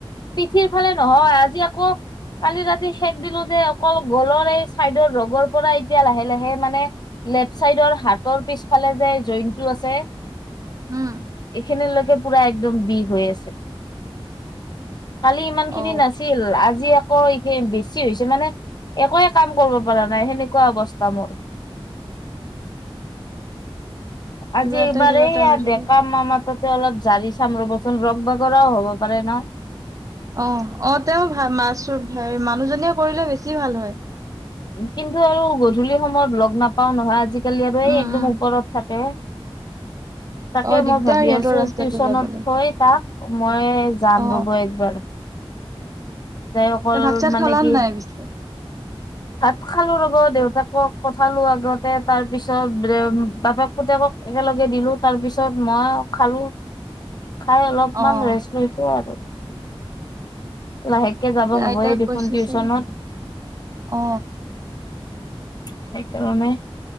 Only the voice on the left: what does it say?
পিঠিৰ ফালে নহয় আজি আকৌ কালি ৰাতি শেষ দিলো যে অকল গলৰ এই চাইডৰ ৰোগৰ পৰা এতিয়া লাহে লাহে মানে লেফ্ট চাইডৰ হাতৰ পিছফালে যে জইনটো আছে
এখান লোকে পুৰা একদম বিৰ হৈ আছে কালি ইমান খিনি
নাছিল আজি আকৌ বেছি হৈছে মানে একোৱে কাম কৰিব পৰা নাই সেনেকুৱা অৱস্থা মোৰ
আজি এইবাৰ
এইয়
দেকাামামা ত অলপ জাৰি চাম ৰবচোন ৰ বাগৰও হ'ব পাৰে ন
কিন্তু আৰু গধূলি সময়ত লগ নাপাও নহয় আজিকালি আৰু এই
একদম
ওপৰত থাকে তাকে
মই
ভাবি
আছো
টিউচনত
থৈ তাক মই যাম
ৰবো একবাৰ যাই অকল
মানে
কি
ভাত খালো ৰব দেউতাকক পঠালো আগতে তাৰ পিছত বাপেক পতি একেলগে দিলো তাৰ পিছত মই খালো খাই অলপমান
ৰেষ্ট লৈছো আৰু লাহেককে যাব হ'বয়ে
দেখোন
টিউচনত
সেইকাৰেলানে